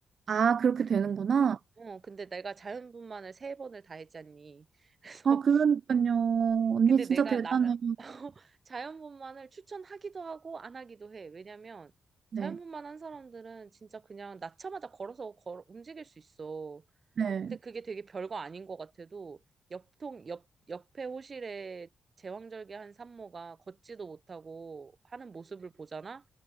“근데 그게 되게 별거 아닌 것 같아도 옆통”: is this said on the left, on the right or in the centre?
Right